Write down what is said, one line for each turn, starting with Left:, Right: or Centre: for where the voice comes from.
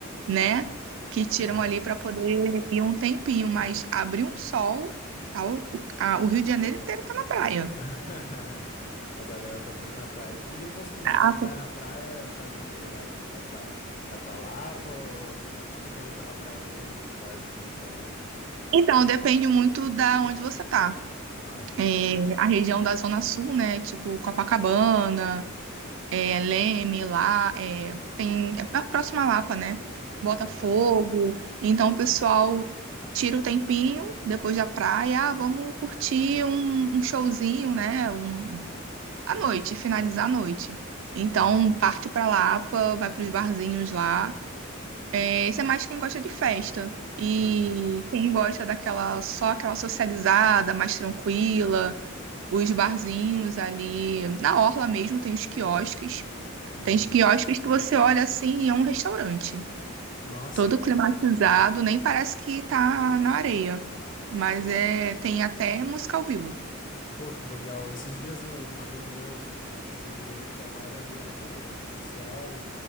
Right: né, que tiram
Left: Aham.
Right: ali para poder ir um tempinho, mas abrir um sol, tá, o, o a- o Rio de Janeiro inteiro tá na praia.
Left: <laughs> A galera tá toda na praia. E depois que,
Right: Caraca.
Left: que vai na praia, faz o quê? Vai, vai pra, vai pra Lapa ou ou fica ali pela praia mesmo, nos barzinhos, sei lá.
Right: Então, depende muito da onde você tá.
Left: Aham,
Right: É, a região da Zona Sul, né, tipo Copacabana, é, Leme lá, é, tem é pra- próxima à Lapa, né? Botafogo.
Left: aham,
Right: Então o pessoal tira o tempinho depois da praia, ah, vamos curtir um, um showzinho, né? Um, à noite, finalizar a noite. Então
Left: aham,
Right: parte pra Lapa, vai pros barzinhos lá. É, isso é mais quem gosta de festa. E
Left: aham,
Right: quem gosta daquela só aquela socializada, mais tranquila, os barzinhos ali na orla mesmo tem os quiosques.
Left: uhum.
Right: Tem quiosques que você olha assim e é um restaurante.
Left: Nossa.
Right: Todo climatizado, nem parece que tá na areia. Mas é, tem até música ao vivo.
Left: Pô, que legal. Esses dias eu- um amigo meu, ele trabalha viajando, ele é policial e